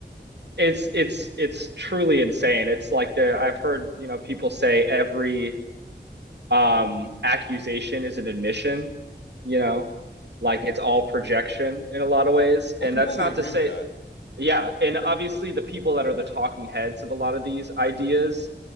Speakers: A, on the right (about 70°); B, on the left (about 85°).
A: It's it's it's truly insane. It's like there I've heard, you know, people say every um accusation is an admission, you know, like it's all projection in a lot of ways. And
B: I completely
A: that's not
B: agree
A: to say,
B: with that.
A: yeah, and obviously the people that are the talking heads of a lot of these ideas